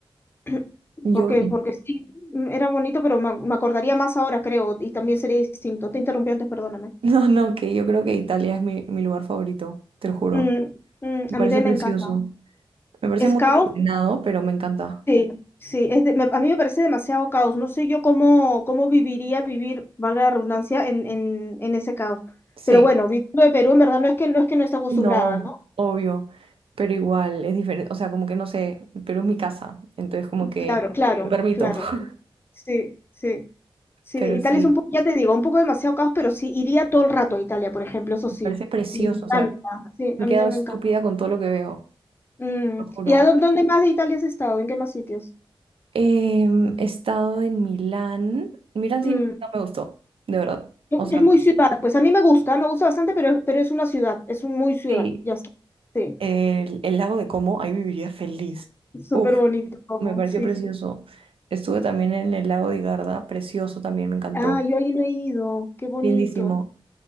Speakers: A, on the left (about 25°); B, on the right (about 75°).
A: <clears throat>
B: Yo,
A: porque, porque sí, mm, era bonito, pero me, me acordaría más ahora, creo, y también sería distinto. Te interrumpí antes, perdóname.
B: <laughs> No, no, que yo creo que Italia es mi, mi lugar favorito, te lo juro.
A: Mm, mm,
B: Me
A: a
B: parece
A: mí también
B: precioso.
A: me encanta.
B: Me parece
A: Es
B: muy
A: caos,
B: ordenado, pero me encanta.
A: Sí, sí, es de- me- a mí me parece demasiado caos. No sé yo cómo, cómo viviría vivir, valga la redundancia, en, en, en ese caos.
B: Sí,
A: Pero bueno, viviendo de Perú, en verdad no es que no es que no esté acostumbrada,
B: no,
A: ¿no?
B: obvio, pero igual es diferente. O sea, como que no sé, Pero es mi casa, entonces como que
A: Claro, claro,
B: me permito.
A: claro.
B: <laughs>
A: Sí, sí, sí.
B: Pero
A: Italia
B: sí,
A: es un poco, ya te digo, un poco demasiado caos, pero sí, iría todo el rato a Italia, por ejemplo, eso
B: me
A: sí.
B: parece precioso.
A: Me encanta.
B: O sea,
A: Sí,
B: me
A: a
B: he
A: mí
B: quedado
A: también
B: estúpida
A: me encanta.
B: con todo lo que veo,
A: Mm,
B: lo juro.
A: ¿Y a dó- dónde más de Italia has estado? ¿En qué más sitios?
B: Em, he estado en Milán. Milán
A: Mm,
B: sí no me gustó, de verdad. O sea,
A: Es muy ciudad, pues a mí me gusta, me gusta bastante, pero, pero es una ciudad, es un muy ciudad,
B: sí,
A: ya está. Sí.
B: El, el lago de Como, ahí viviría feliz.
A: Súper
B: Uf,
A: bonito como,
B: me pareció
A: sí,
B: precioso.
A: sí.
B: Estuve también en el lago de Garda, precioso también, me encantó.
A: Ah, yo ahí no he ido, qué bonito.
B: Lindísimo.